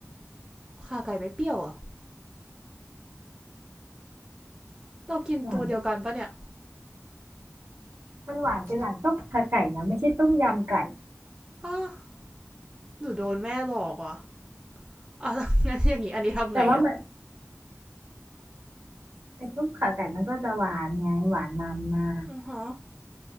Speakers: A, on the right (about 15°); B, on the right (about 60°).
A: ข่าไก่ไม่เปรี้ยวเหรอ่ะ เรากินตัวเดียวกันปะเนี่ย
B: หวานเป็นมันหวานเป็นหลักต้มข่าไก่นะไม่ใช่ต้มยำไก่
A: ฮะหรือโดนแม่หลอกวะอ่ะแ้วงั้นอย่างงี้อันนี้ทำไงอ่ะ
B: แต่ว่ามันไอ้ต้มข่าไก่มันก็จะหวานไงหวานนำมา
A: อือฮะ